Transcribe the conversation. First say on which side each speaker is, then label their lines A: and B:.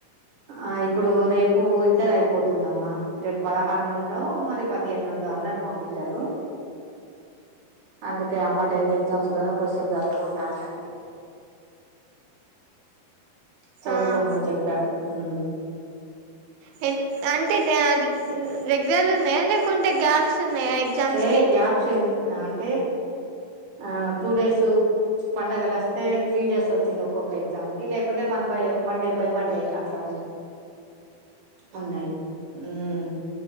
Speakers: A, on the right (about 50°); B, on the right (about 80°).
A: ఆ ఇప్పుడు రేపు ఇంటర్ అయిపోతుందమ్మా రేపు పదహారు నుండో మరి పదిహేను నుం డో అన్నారు మా పిల్లలు అందుకే అమ్మ టెన్త్ ఎగ్జామ్స్ కదా కొసేపు చదువుకుంటా అంటే చదువుకోమ్మని
B: ఆ
A: చెప్పా హ్మ్
B: హెన్ అంటే <unintelligible> ఉన్ న్ రెగ్యులర్ ఉన్నాయా లేకుంటే గ్యాప్స్ ఉన్నాయా ఎగ్జామ్స్
A: ఏ
B: కి
A: గ్యాప్స్ ఏం అంటే ఆ టూ డేసు పండగలు వస్తే త్రీ డేస్ వచ్చింది ఒక్కొక్క ఎగ్జామ్ కి లేకుంటే one by one day by one day అట్ల ఉన్నాయి ఉన్నాయ్ మ్మ్